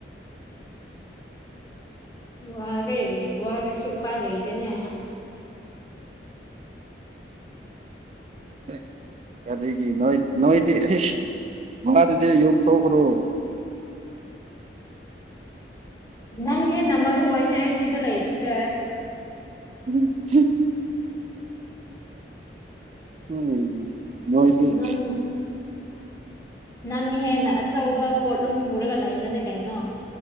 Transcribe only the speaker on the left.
ꯋꯥꯔꯦ ꯏ ꯋꯥꯔꯁꯨ ꯄ ꯂꯩꯦ ꯏꯗꯦꯅꯦ
ꯅꯪ ꯍꯦꯟꯅ ꯃꯔꯨ ꯑꯣꯏꯅꯦ ꯑꯩ ꯁꯤꯗ ꯂꯩꯕꯁꯦ
ꯅꯪ ꯅꯪ ꯍꯦꯟꯅ ꯑꯆꯧꯕ ꯄꯣꯠꯂꯨꯝ ꯄꯨꯔꯒ ꯂꯩꯕꯅꯦ ꯀꯩꯅꯣ